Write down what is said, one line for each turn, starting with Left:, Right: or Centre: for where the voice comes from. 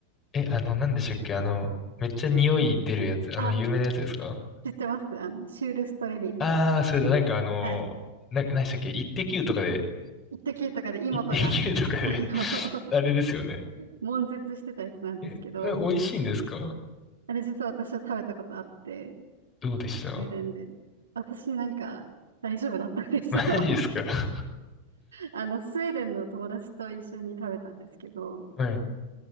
Left: え、あの、なんでしたっけあの、めっちゃ匂い出るやつ、
Right: はい。あ、
Left: あの、有名なやつですか
Right: 知ってますあの、シュールストレミングという。
Left: ああー、それだ、なんかあの、
Right: はい。
Left: な、なんでしたっけイッテ Q とかで、
Right: 一ッとかで妹が、
Left: イッテ Q とかで
Right: あの、
Left: <laughs>
Right: <laughs>
Left: あれですよね。
Right: 悶絶してたやつなんですけど、
Left: え、え美味しいんですか
Right: あれ実は私は食べたことあって、
Left: どうでした
Right: スウェーデンで。私なんか大丈夫だったんですよ。
Left: マジですか
Right: <laughs>
Left: <laughs>
Right: あの、スウェーデンの友達と一緒に食べたんですけど、
Left: はい。